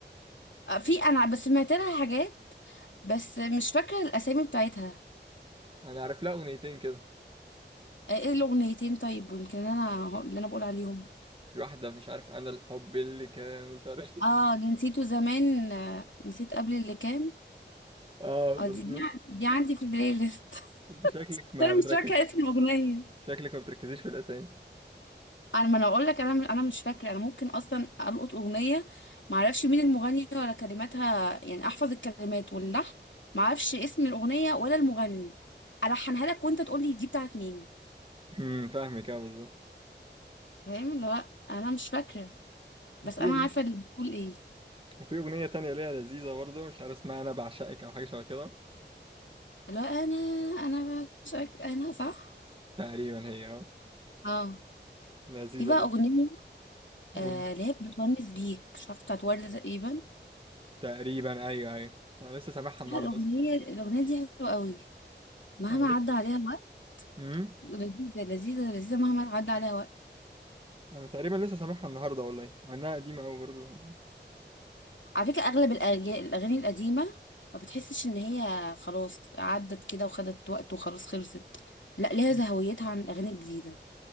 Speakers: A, on the left; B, on the right.
A: آه، في انا بس سمعت لها حاجات بس مش فاكره الاسامي بتاعتها
B: انا عارف لها اغنيتين كده
A: آه، ايه الاغنيتين طيب ويمكن انا هو- اللي انا بقول عليهم
B: في واحدة مش عارف أنا الحب اللي كان مش عارف
A: اه
B: <laughs>
A: اللي نسيته زمان آه، نسيت قبل اللي كان
B: اه
A: اه
B: مظبوط
A: دي دي, دي عندي في البلاي ليست <laughs>
B: أنت شكلك ما
A: بس انا
B: بتركز
A: مش فاكره اسم الاغنيه
B: شكلك ما بتركزيش في الأسامي
A: انا ما انا اقول لك انا انا مش فاكره انا ممكن اصلا القط اغنيه ما اعرفش مين المغني ولا كلماتها يعني احفظ الكلمات واللحن ما اعرفش اسم الاغنيه ولا المغني الحنها لك وانت تقول لي دي بتاعت مين
B: امم فاهمك أه بالظبط
A: فاهم اللي هو انا مش فاكره بس
B: وفي
A: انا
B: أغنية
A: عارفه اللي بتقول ايه
B: وفي أغنية تانية ليها لذيذة برضه مش عارف اسمها أنا بعشقك أو حاجة شبه كده
A: اللي هو انا انا بشك انا صح
B: تقريبا هي أه
A: اه
B: لذيذة
A: دي بقى
B: دي
A: اغنيه
B: مم.
A: آه اللي هي بتونس بيك مش عارفه بتاعت ورده تقريبا
B: تقريبا أيوه أيوه أنا لسه سامعها
A: بصراحة
B: النهاردة
A: الاغنيه
B: أصلا
A: الاغنيه دي حلوه قوي مهما
B: أنا
A: عدى
B: لسه
A: عليها الوقت
B: امم
A: لذيذه لذيذه لذيذه مهما عدى عليها وقت
B: أنا تقريبا لسه سامعها النهاردة والله إنها قديمة أوي برضه
A: على فكرة أغلب الأغاني, الأغاني القديمة ما بتحسش إن هي خلاص عدت كده وخدت وقت وخلاص خلصت لا ليها
B: مم.
A: زهويتها عن الأغاني الجديدة